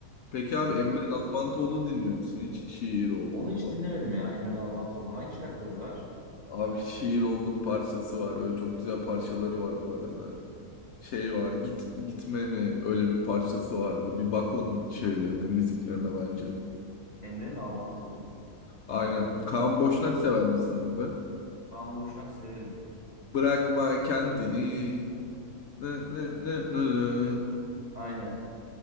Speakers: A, on the left; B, on the right.
A: Peki
B: Ondan...
A: abi Emre Nalbantoğlu dinliyor musun? Hiç şiir oldum
B: Onu hiç
A: falan.
B: dinlemedim ya Emre Nalbantoğlu. Hangi şarkıları var?
A: Abi şiir oldum parçası var. Öyle çok güzel parçaları var bu arada. Şey var git, gitme mi öyle bir parçası vardı. Bir bak onun şeylerine müziklerine bence.
B: Emre Nalbantoğlu.
A: Aynen. Kaan Boşnak sever misin abi?
B: Kaan Boşnak severim.
A: Bırakma kendini. Nı, nı, nı, nı.
B: Aynen.